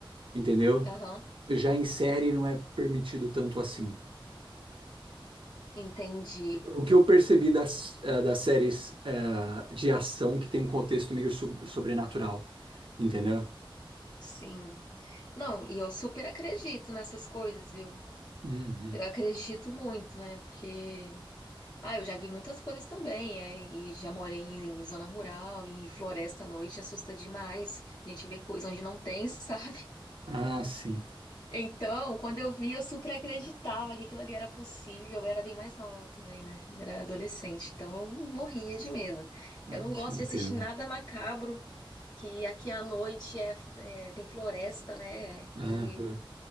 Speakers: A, on the right (about 70°); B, on the left (about 50°).
A: entendeu?
B: Aham,
A: Já em série não é permitido tanto assim.
B: entendi.
A: O que eu percebi das, eh, das séries eh, de ação que tem um contexto meio sob- sobrenatural, entendeu?
B: Sim. Não, e eu super acredito nessas coisas, viu?
A: Uhum.
B: Eu acredito muito, né? Porque Ah, eu já vi muitas coisas também, é, e já morei em, em zona rural e floresta à noite assusta demais. A gente vê coisa onde não tem, <laughs> sabe?
A: Ah, sim.
B: Então, quando eu vi, eu super acreditava que aquilo ali era possível. Eu era bem mais nova também, né? Era adolescente, então eu morria de medo.
A: Ah,
B: Eu não
A: te
B: gosto
A: entendo.
B: de assistir nada macabro, que aqui à noite é, é, tem floresta, né?
A: Aham.
B: E